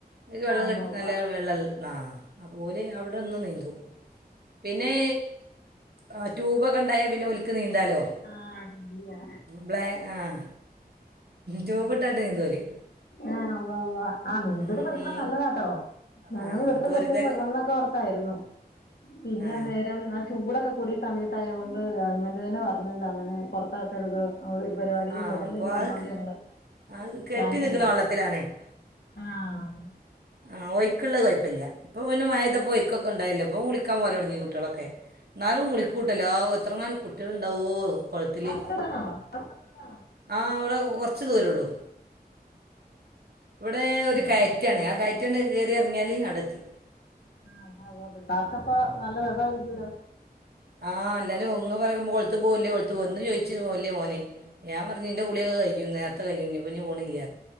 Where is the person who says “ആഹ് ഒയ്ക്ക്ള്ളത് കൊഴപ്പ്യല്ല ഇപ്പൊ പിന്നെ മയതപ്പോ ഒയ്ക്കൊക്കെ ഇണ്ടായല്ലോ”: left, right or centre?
Right